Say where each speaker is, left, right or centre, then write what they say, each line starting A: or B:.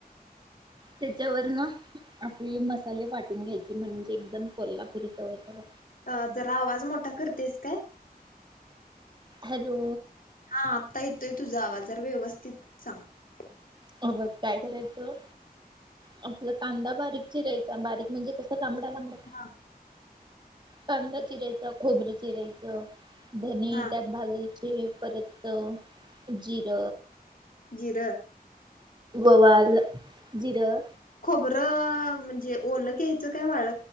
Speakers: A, on the right (about 30°); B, on the left (about 60°).
A: त्याच्यावरन आपले मसाले वाटून घ्यायचे म्हणजे एकदम कोल्हापुरी चव येत्या ब
B: अ जरा आवाज मोठा करतेस काय
A: हॅलो
B: हा आता ये येतोय तुझा आवाज जरा व्यवस्थित सांग
A: अ बघ काय करायचं आपला कांदा बारीक चिरायचा बारीक म्हणजे कस लांबडा लांबडा
B: हा
A: कांदा चिरायचा खोबर चिरायचं धने
B: हा
A: त्यात भाजायचे परत जिर
B: जिर
A: ओवा जिरं
B: बरं म्हणजे ओल घ्यायचं काय वाळल